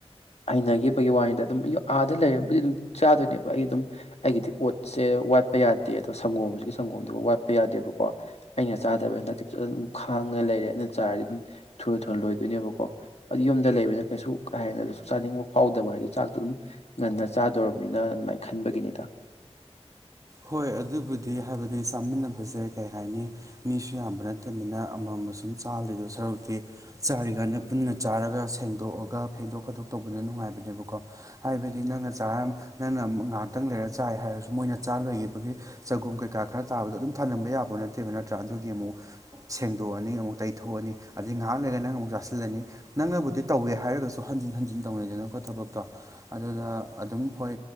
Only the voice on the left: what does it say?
ꯍꯩꯅꯈꯤꯕꯒꯤ ꯋꯥꯔꯤꯗ ꯑꯗꯨꯝ ꯑꯥꯗ ꯂꯩꯔꯕꯨꯗꯤ ꯑꯗꯨꯝ ꯆꯥꯗꯣꯏꯅꯦꯕ ꯑꯩ ꯑꯗꯨꯝ ꯑꯩꯒꯤꯗꯤ ꯑꯣꯠꯁꯦ ꯋꯥꯠꯄ ꯌꯥꯗꯦ ꯑꯗꯣ ꯁꯪꯒꯣꯝꯁꯤꯒꯤ ꯁꯪꯒꯣꯝꯗꯨꯒ ꯋꯥꯠꯄ ꯌꯥꯗꯦꯕꯀꯣ ꯑꯩꯅ ꯆꯥꯗꯕꯩ ꯍꯟꯗꯛꯇꯤ ꯐꯖꯅ ꯑꯗꯨꯝ ꯈꯥꯡꯉ ꯂꯩꯔꯦ ꯑꯩꯅ ꯆꯥꯔꯗꯤ ꯑꯗꯨꯝ ꯊꯨꯔ ꯊꯨꯔ ꯂꯣꯏꯗꯣꯏꯅꯦꯕꯀꯣ ꯑꯗꯨ ꯌꯨꯝꯗ ꯂꯩꯕꯅꯤꯅ ꯀꯩꯁꯨ ꯀꯥꯏ ꯍꯥꯏꯦꯅ ꯑꯗꯨꯁꯨ ꯆꯥꯅꯤꯡꯕ ꯐꯥꯎꯗꯕ ꯍꯥꯏꯗꯤꯣ ꯆꯥꯛꯇꯣ ꯑꯗꯨꯝ ꯉꯟꯅ ꯆꯥꯗꯣꯔꯔꯕꯅꯤꯅ ꯑꯗꯨꯃꯥꯏꯅ ꯈꯟꯕꯒꯤꯅꯤꯗ